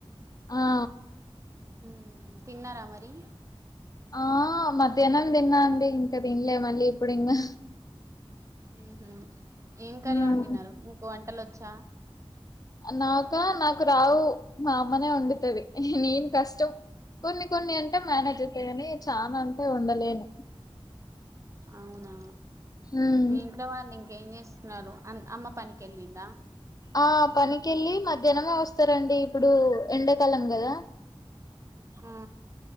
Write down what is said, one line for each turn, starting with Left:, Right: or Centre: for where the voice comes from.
Left: ఆ
Right: ఉమ్ తిన్నారా మరి
Left: ఆ మధ్యాహ్నం తిన్నా అండి ఇంకా తిన్లే మళ్ళీ ఇప్పుడు ఇంకా
Right: ఉహూ ఏం కర్రీ
Left: ఉమ్
Right: వండినారు మీకు వంటలు వ చ్చ
Left: నాకా నాకు రావు మా అమ్మనే వండుతది నేను కష్టం కొన్ని కొన్ని అంటే మేనేజ్ చేస్తా కాని చాలా అంటే వండలేను
Right: అవునా
Left: ఉమ్
Right: మీ ఇంట్లో వాళ్ళు ఇంకా ఇంకా ఏం చేస్తున్నారు అమ్మ పనికి వెళ్ళిందా
Left: ఆ పనికిళ్ళి మధ్యాహ్నమే వస్తారండి ఇప్పుడు ఎండాకాలం కదా
Right: ఆ